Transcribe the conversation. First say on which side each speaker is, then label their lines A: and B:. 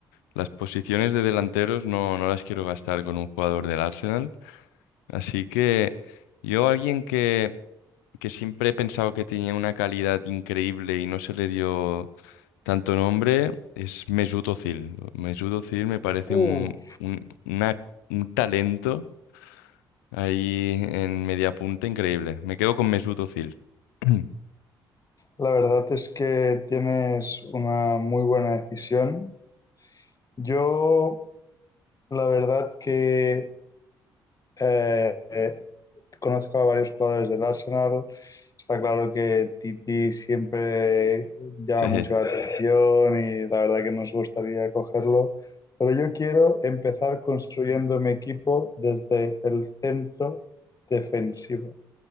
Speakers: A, on the left; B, on the left.
A: Las posiciones de delanteros no, no las quiero gastar con un jugador del Arsenal. Así que yo, alguien que, que siempre he pensado que tenía una calidad increíble y no se le dio tanto nombre, es Mesut Özil. Mesut Özil me parece
B: Uh,
A: un, un, una- un talento Ahí en media punta, increíble. Me quedo con Mesut Özil. <laughs> <clears throat>
B: La verdad es que tienes una muy buena decisión. Yo, la verdad que eh, eh, conozco a varios jugadores del Arsenal. Está claro que Titi siempre llama
A: Sí,
B: mucho la atención y la verdad que nos gustaría cogerlo. Pero yo quiero empezar construyendo mi equipo desde el centro defensivo.